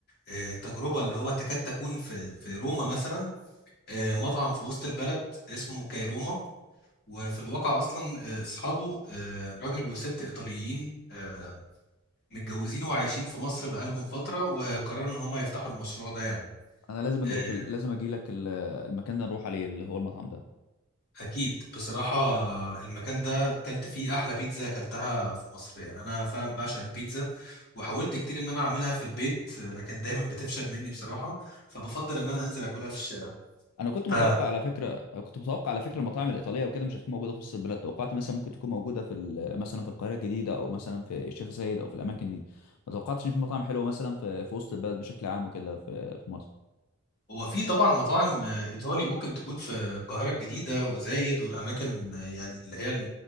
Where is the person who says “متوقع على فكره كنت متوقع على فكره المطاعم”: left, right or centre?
Left